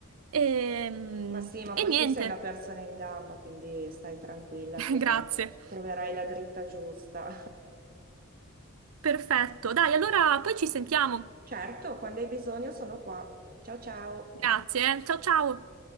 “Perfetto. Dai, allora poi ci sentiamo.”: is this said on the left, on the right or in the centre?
Right